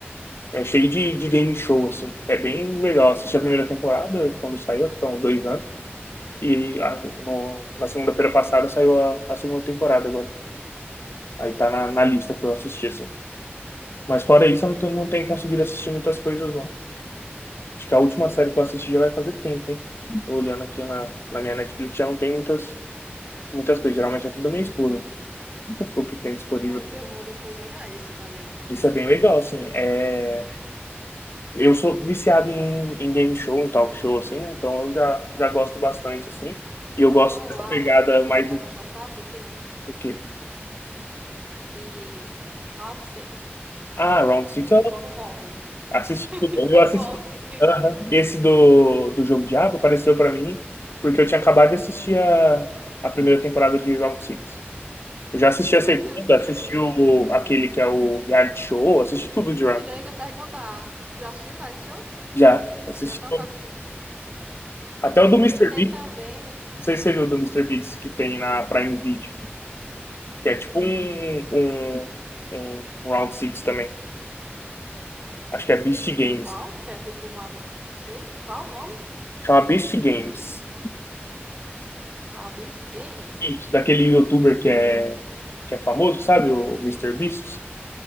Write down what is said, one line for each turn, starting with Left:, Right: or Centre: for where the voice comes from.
Left: É cheio de, de game show, assim. É bem legal. Assisti a primeira temporada, quando saiu, acho que há uns dois anos. E a- no- na segunda-feira passada saiu a, a segunda temporada agora. Aí tá na, na lista pra eu assistir, assim. Mas fora isso, eu não, tô- não tenho conseguido assistir muitas coisas, não. Acho que a última série que eu assisti já vai fazer tempo, hein? Tô Olhando aqui na, na minha Netflix, já não tem muitas, muitas coisas. Geralmente é tudo da minha esposa, <laughs> o que tem disponível.
Right: Pois eu vou depois olhar esse também.
Left: Isso é bem legal, assim. É... Eu sou viciado em, em game show, em talk show, assim, né? Então eu já, já gosto bastante, assim. E eu gosto
Right: Então eu
Left: dessa
Right: acho
Left: pegada
Right: que você
Left: mais
Right: vai
Left: do
Right: gostar, sabe de quê?
Left: que...
Right: de Round Six.
Left: Ah, Round Six,
Right: O povo morre.
Left: Assisti
Right: <laughs>
Left: tudo,
Right: O povo
Left: eu assisti.
Right: morre.
Left: Aham. Esse do, do Jogo Diabo apareceu pra mim porque eu tinha acabado de assistir a, a primeira temporada de Round Six Eu já assisti
Right: Você
Left: a segunda,
Right: viu que.
Left: assisti o, aquele que é o reality show, assisti tudo de Round.
Right: Eu já ia perguntar. Já assistiu Vai Show?
Left: Já, assisti
Right: Já perguntar.
Left: tudo.
Right: se-
Left: Até o do Mister
Right: E tem
Left: Beast,
Right: também.
Left: não sei se você viu o do Mister Beast que tem na Prime Video, que é tipo um, um, um Round Six também. Acho que é Beast Games.
Right: Qual? Que é tipo uma. des- che- Qual o nome?
Left: Chama Beast Games.
Right: Abyss Games?
Left: Isso, daquele youtuber que é, que é famoso, sabe? O Mister Beast.